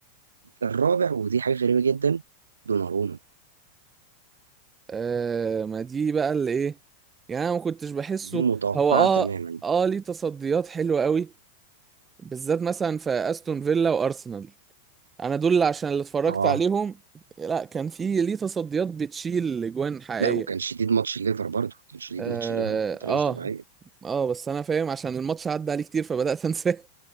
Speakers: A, on the right; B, on the right.
A: الرابع ودي حاجة غريبة جدا دوناروما
B: آه ما دي بقى اللي ايه يعني انا ما كنتش بحسه
A: غير متوقعة
B: هو اه
A: تماما
B: اه ليه تصديات حلوه قوي بالذات مثلا في استون فيلا وارسنال انا دول عشان اللي اتفرجت
A: اه
B: عليهم لا كان في ليه تصديات بتشيل اجوان حقيقية
A: لا وكان شديد ماتش الليفر برضه كان شديد
B: اه
A: ماتش الليفر بطريقة
B: اه
A: مش طبيعية
B: آه، بس انا فاهم عشان الماتش عدى عليه كتير فبدأت انساه